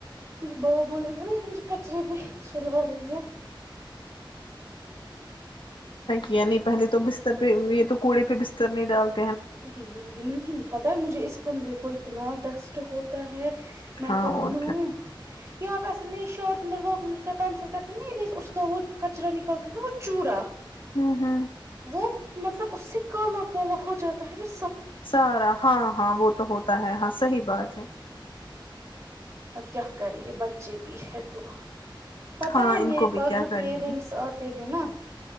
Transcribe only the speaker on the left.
یعنی پہلے تو بستر پہ یہ تو کوڑے پہ بستر نہیں ڈالتا
ہاں
اور
ہاں ہاں
سارا ہاں ہاں وہ تو ہوتا ہے ہاں صحی بات ہے
ہاں
ان
کو بھی
کیا
کریں
گے